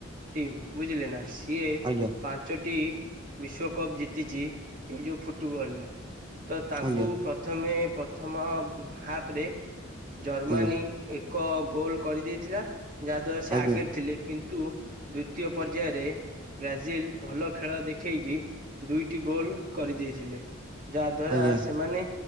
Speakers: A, on the right; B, on the right.
A: ଟିମ୍ ବୁଝିଲେ ନାଁ ସିଏ ପା
B: ଆଜ୍ଞା
A: ପାଞ୍ଚଟି ବିଶ୍ଵକପ୍ ଜିତିଛି ଏଇ ଯଉ ଫୁଟବଲ୍ ର ତ ତାଙ୍କୁ
B: ଆଜ୍ଞା
A: ପ୍ର ପ୍ରଥମେ ପ୍ରଥମ ହୁଁ ହାପରେ ଜର୍ମାନୀ
B: ଆଜ୍ଞା
A: ଏକ ଗୋଲ୍ କରିଦେଇଥିଲା ଯାହା ଦ୍ଵାରା ସେ
B: ଆଜ୍ଞା
A: ଆଗେରେ ଥିଲେ କିନ୍ତୁ ଦ୍ଵିତୀୟ ପର୍ଯ୍ୟାୟରେ ବ୍ରାଜିଲ୍ ଭଲ ଖେଳ ଦେଖେଇକି ଦୁଇଟି ଗୋଲ କରିଦେଇଥିଲେ। ଯାଆ ଦ୍ଵାରା
B: ଆଜ୍ଞା
A: ସେମାନେ